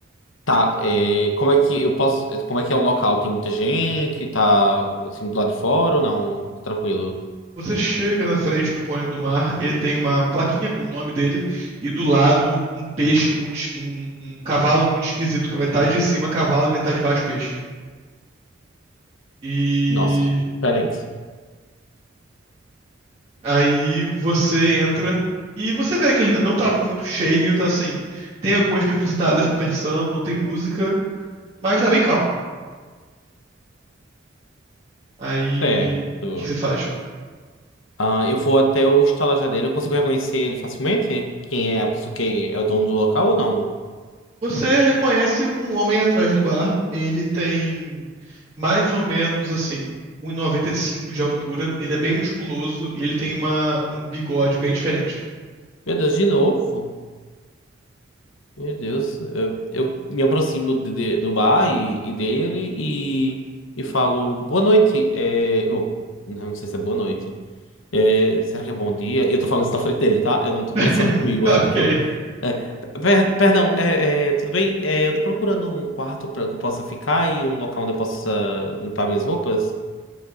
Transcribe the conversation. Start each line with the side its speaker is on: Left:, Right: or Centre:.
Left: Tá, é, como é que eu posso. é, Como é que é o local? Tem muita gente? Tá assim do lado de fora ou não? Tá tranquilo.
Right: Você chega na frente do Pônei do Mar, ele tem uma plaquinha com o nome dele, e do lado um peixe muito, es- um, um cavalo muito esquisito, com a metade de cima cavalo e metade de baixo peixe. E
Left: Nossa, diferente.
Right: Aí você entra e você vê que ele não tá muito cheio, tá assim. Tem algumas pessoas sentadas conversando, não tem música, mas tá bem calmo. Aí,
Left: Certo.
Right: o que que você faz?
Left: Ah, eu vou até o estalajadeiro. Eu consigo reconhecer ele facilmente? Quem é a pessoa que é o dono do local ou não?
Right: Você reconhece um homem atrás do bar. Ele tem mais ou menos assim, um 1,95 de altura. Ele é bem musculoso e ele tem uma, um bigode bem diferente.
Left: Meu Deus, de novo? Meu Deus. Eu, eu me aproximo de- de- do bar e, e dele e, e falo boa noite. É, bom, não sei se é boa noite. É, será que é bom dia? Eu tô falando isso na frente dele, tá? Eu não tô
Right: <laughs>
Left: pensando comigo.
Right: Ok.
Left: É tipo. é, per- perdão, é, é, tudo bem? É, eu tô procurando um quarto pra que eu possa ficar e um local onde eu possa limpar minhas roupas.